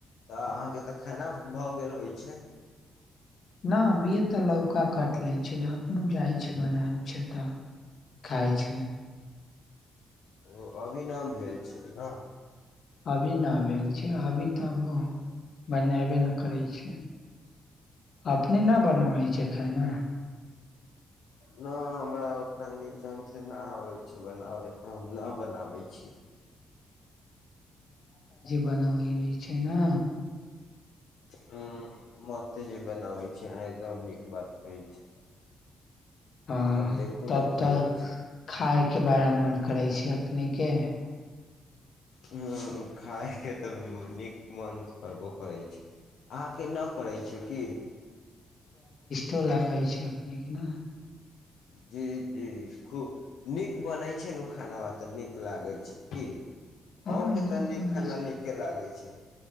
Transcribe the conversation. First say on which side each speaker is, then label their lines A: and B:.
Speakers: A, on the left; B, on the left.
A: तऽ अहाँके तऽ खेना भऽ गेल होइ छै
B: न अबीए तऽ लौका कटले छै अपनो जाइ छै बनाय छै तऽ खाइ छै
A: ओ अभी न भेल छै न
B: अभी न भेल छै अभी तऽब बनेबे नहि करै छै अपने न बनावइ छै खाना <inaudible>
A: नहि हमरा उतना नीक ढङ्गसँ नहि आबै छै बनाबै तऽ हम नहि बनाबै छी
B: बनाबइले छै न
A: ह्म मतेजी बनाबै छी अहाँ एकदम नीक बात कहै छी
B: हँ
A: अब देखू
B: तब
A: न की
B: तऽ
A: होइ छै
B: खायके बड़ा मन करै छै अपने के
A: हुँ खायके तऽ नीक मन करबो करै छै अहाँके नहि करै छै की
B: तो लागै छै अपने के न
A: जी जी खूब नीक बनै छै नु खानवा तऽ नीक लागै छै की
B: हँ
A: अहोके तऽ नीक
B: बनै
A: खाना
B: छै
A: नीके लागैत छै